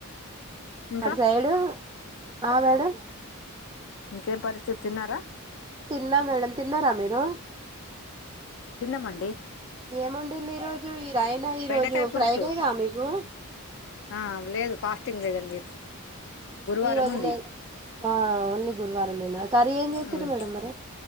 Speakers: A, on the left (about 60°); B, on the right (about 20°).
A: ఇంకా
B: అటు సైడు ఆ మేడం
A: ఇంకే పరిస్థితి తన్నారా
B: తిన్నా మేడం తిన్నరా మీరు
A: తిన్నమండి
B: ఏముండుల్లి ఈ రోజు ఈ రాయనా ఈ
A: బెండకాయ
B: రోజు
A: పులుసు
B: ఫ్రైడేగా మీకు
A: ఆ లేదు ఫాస్టింగ్ లేదండి గురువారం
B: ఈ రోజు
A: ఉంది
B: లేదు ఆ ఓన్లీ గురువారంమేనా కర్రీ ఏం చేసిర్రు
A: ఉమ్
B: మేడం మరి